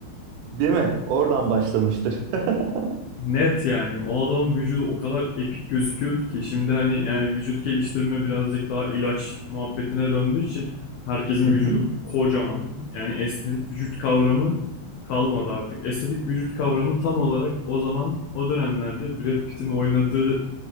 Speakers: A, on the right; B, on the left.
A: değil mi? Oradan başlamıştır. <laughs>
B: Net yani. O adamın vücudu o kadar epik gözüküyordu ki şimdi hani yani vücut geliştirme birazcık daha ilaç muhabbetine döndüğü için herkesin
A: Hı
B: vücudu
A: hı.
B: kocaman. Yani estetik vücut kavramı kalmadı artık. Estetik vücut kavramı tam olarak o zaman o dönemlerde Brad Pitt'in oynadığı